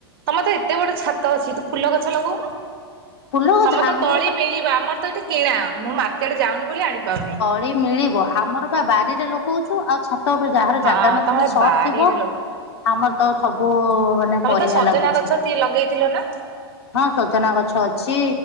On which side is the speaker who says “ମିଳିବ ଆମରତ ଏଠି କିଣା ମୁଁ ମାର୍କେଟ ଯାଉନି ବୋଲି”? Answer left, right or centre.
Right